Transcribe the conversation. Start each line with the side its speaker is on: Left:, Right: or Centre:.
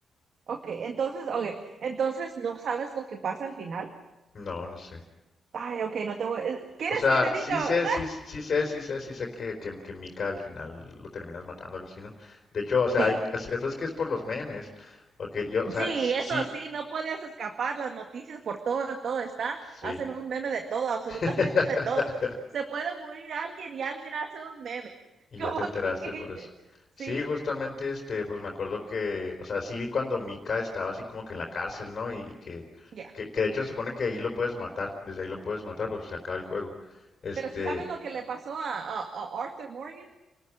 Right: Ok, entonces, ok, entonces no sabes lo que pasa al final.
Left: No, no sé.
Right: Ay, ok, no te voy. eh, ¿Quieres
Left: O sea,
Right: que te diga?
Left: sí sé,
Right: <laughs>
Left: sí, sí sé, sí sé, sí sé que, que, que Mika al final lo terminas matando, algo así, ¿no? De hecho, o sea,
Right: Sí,
Left: hay, es, pues es que es por los memes. Porque yo, o sea,
Right: sí,
Left: sí,
Right: eso sí, no puedes escapar las noticias por todo, todo está.
Left: sí.
Right: Hacen un meme de todo, <laughs> absolutamente
Left: <laughs>
Right: de todo. Se puede morir alguien y alguien hace un meme. <laughs>
Left: Y
Right: Como
Left: ya te enteraste
Right: que, que-
Left: por eso.
Right: sí,
Left: Sí, justamente, este, pues me acuerdo que, o sea, sí vi cuando Mika estaba así como que en la cárcel, ¿no? Y, y que,
Right: ya.
Left: que, que de hecho se supone que ahí lo puedes matar, desde ahí lo puedes matar, pero pues se acaba el juego. Este,
Right: Pero si sabes lo que le pasó a, a, a Arthur Morgan,